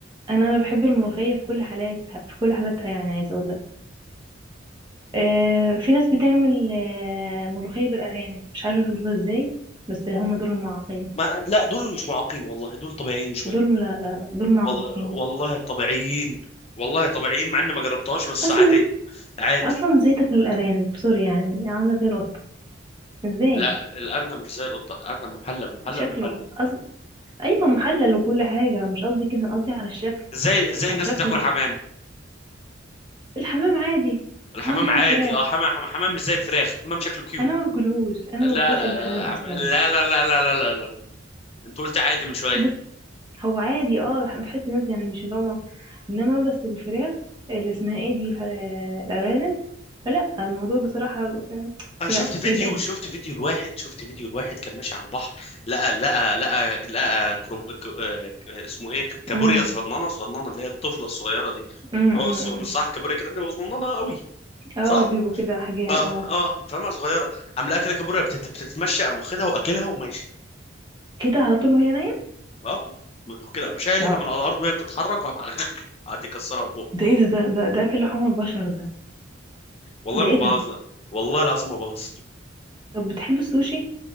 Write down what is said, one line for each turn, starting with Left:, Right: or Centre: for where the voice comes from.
Right: انا انا بحب الملوخيه في كل حالاتها في كل حالاتها يعني عايزه اقول لك آه في ناس بتعمل آه ملوخيه بالارانب مش عارفه يقولوها ازاي بس هم
Left: أو-
Right: دول معاقين
Left: ما لا دول مش معاقين والله دول طبيعيين شويه
Right: دول لا لا لا دول معاقين
Left: والله والله طبيعيين والله طبيعيين مع اني ما جربتهاش بس
Right: اصلا
Left: عادي عادي
Right: اصلا ازاي تاكلوا الارانب سوري يعني عامله زي القطه ازاي
Left: لا الارنب مش زي القطه الارنب محلل محلل
Right: شكله
Left: محلل
Right: أز... ايوه محلل وكل حاجه مش قصدي كده أنا قصدي على الشكل
Left: ازاي ازاي
Right: على
Left: الناس
Right: شكله
Left: بتاكل حمام
Right: الحمام عادي
Left: الحمام
Right: الحمام زي
Left: عادي
Right: الفراخ
Left: اه حمام حمام مش زي الفراخ حمام شكله كيوت
Right: انا ما باكلهوش انا
Left: لا
Right: ما باكلش
Left: لا
Right: الحمام
Left: لا عم-
Right: اصلا
Left: لا لا لا لا لا لا لا انت قلت عادي من شويه
Right: بس هو عادي اه بح- بحس الناس يعني مش اللي هما انما بس الفراخ اللي اسمها ايه دي الح- الارانب لا الموضوع بصراحه آه،
Left: انا شفت
Right: لا
Left: فيديو
Right: ايه ده
Left: شفت فيديو لواحد شفت فيديو لواحد كان ماشي على البحر لقى لقى لقى لقى كرو... ك... آه، اسمه ايه كابوريا
Right: امم
Left: صغننه صغننه اللي هي الطفله الصغيره دي
Right: امم
Left: هو
Right: امم
Left: الص-
Right: إمم.
Left: مش صح الكابوريا كده بتبقى صغننه قوي
Right: اه
Left: صح
Right: بيبقوا كده حجام
Left: اه
Right: اه
Left: اه فاهمها صغيره عم لقى كده كابوريا بتت... بتتمشى قام واخدها واكلها وماشي
Right: كده على طول وهي
Left: اه م- كده شايلها
Right: نايمه
Left: من على الارض وهي بتتحرك وعم <laughs> قعد يكسرها في بقه
Right: ده ايه ده ده ده, ده اكل لحوم البشر ده
Left: والله
Right: ده
Left: ما
Right: ايه
Left: بهزر
Right: ده
Left: والله العظيم ما بهزر
Right: طب بتحب السوشي